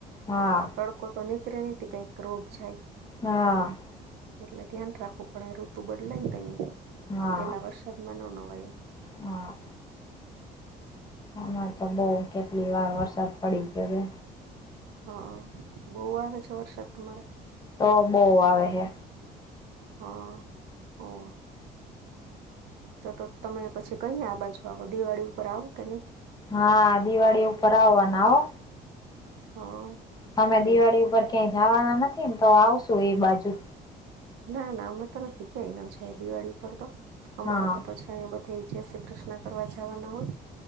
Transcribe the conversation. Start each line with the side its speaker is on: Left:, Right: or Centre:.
Left: હા
Right: તડકો તો નીકળે ની તે કઈક રોગ જાય
Left: હા.
Right: એટલે ધ્યાન રાખવું પડે ઋતુ બદલાય ને તય
Left: હા
Right: તો પેલા વરસાદમાં ન નવાય
Left: હા. હમાર તો બો કેટલી વાર વરસાદ પડી ગયો હવે
Right: હા બો આવે છે, વરસાદ તમારે
Left: તો બો આવે હે
Right: હ હો તો તો તમે પછી કઈ આ બાજુ આવો દિવાળી ઉપર આવો કે ની
Left: હા દિવાળી ઉપર આવાન આવો
Right: હા.
Left: અમે
Right: છે
Left: દિવાળી ઉપર ક્યાંય જવાના નથી ને તો આવશુ એ બાજુ
Right: ના નામનો તો નથી ક્યાંય ન છે દિવાળી ઉપર તો અમારે
Left: હા
Right: તો પછી બધ જશે કૃષ્ણ કરવા જવાના હોય